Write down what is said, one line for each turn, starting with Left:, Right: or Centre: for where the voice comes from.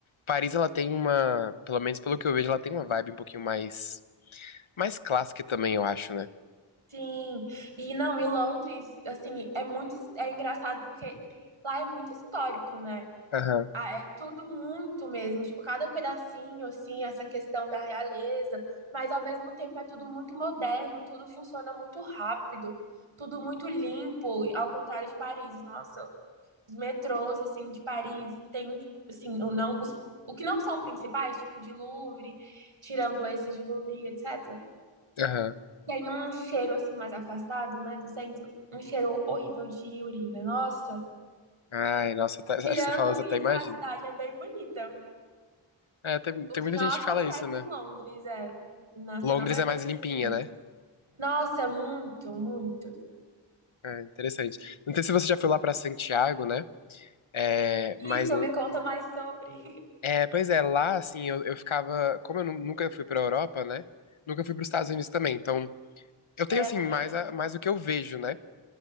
Left: Paris, ela tem uma, pelo menos pelo que eu vejo, ela tem uma vibe um pouquinho mais mais clássica também, eu acho, né?
Right: Sim, e não, e Londres, assim, é muito, his- é engraçado porque lá é muito histórico, né?
Left: Aham,
Right: Ah, é tudo muito mesmo, tipo, cada pedacinho, assim, essa questão da realeza, mas ao mesmo tempo é tudo muito moderno, tudo funciona muito rápido, tudo muito limpo, ao contrário de Paris. Nossa, os metrôs, assim, de Paris tem, assim, o não, os, o que não são principais, tipo de Louvre, tirando esses de Louvre, etc.
Left: aham.
Right: Tem um cheiro assim mais afastado, né, do centro, um cheiro horrível de urina. Nossa,
Left: Ai, nossa, até- acho
Right: tirando
Left: que você falou, eu
Right: isso,
Left: até imagino.
Right: a cidade é bem bonita.
Left: É, tem,
Right: O
Left: tem
Right: que
Left: muita
Right: não
Left: gente
Right: acontece
Left: que fala isso, né?
Right: em Londres, é. Não, você
Left: Londres
Right: não vai
Left: é
Right: ver
Left: mais
Right: isso
Left: limpinha,
Right: em Londres.
Left: né?
Right: Nossa, muito, muito.
Left: É, interessante. Não sei se você já foi lá pra Santiago, né? É,
Right: Isso,
Left: mas. l-
Right: me conta mais sobre. <laughs>
Left: É, pois é, lá, assim, eu, eu ficava. Como eu nu- nunca fui pra Europa, né? Nunca fui pros Estados Unidos também. Então, eu tenho,
Right: É,
Left: assim,
Right: eu também
Left: mais,
Right: não.
Left: a- mais o que eu vejo, né?